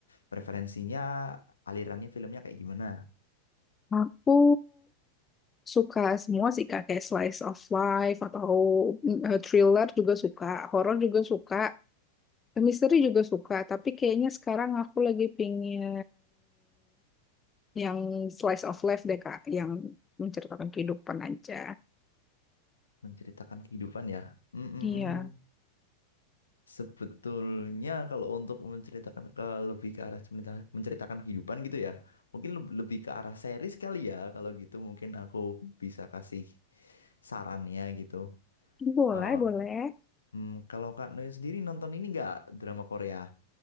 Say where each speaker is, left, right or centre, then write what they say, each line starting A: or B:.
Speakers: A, on the left; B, on the left.
A: preferensinya alirannya filmnya kayak gimana?
B: Aku suka semua sih Kak, kayak slice of life atau mm, eh, thriller juga suka, horor juga suka, misteri juga suka. Tapi kayaknya sekarang aku lagi pingin yang slice of life deh Kak, yang menceritakan kehidupan aja.
A: Menceritakan kehidupan ya. Mm mm,
B: Iya,
A: mm. Sebetulnya kalau untuk menceritakan ke lebih ke arah cerita- menceritakan kehidupan gitu ya, mungkin leb- lebih ke arah series kali ya. Kalau gitu mungkin aku bisa kasih sarannya gitu.
B: boleh,
A: Eh,
B: boleh.
A: Hmm, kalau Kak Noen sendiri nonton ini nggak drama Korea?